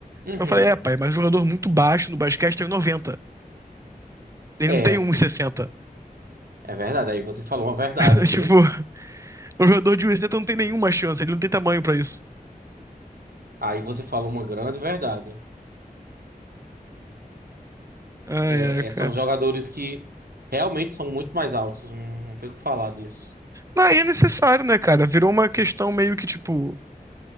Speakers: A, on the right; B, on the right.
A: Uhum.
B: Eu falei, é, pai, mas jogador muito baixo no basquete tem 90. Ele
A: É,
B: não tem 1,60.
A: é verdade. Aí você falou uma verdade,
B: <laughs>
A: viu?
B: Tipo, um jogador de 1,60 não tem nenhuma chance, ele não tem tamanho pra isso.
A: Aí você falou uma grande verdade.
B: Ai,
A: É,
B: ai, cara.
A: é, são jogadores que realmente são muito mais altos. Não, não tem o que falar disso.
B: Não, e é necessário, né, cara? Virou uma questão meio que, tipo,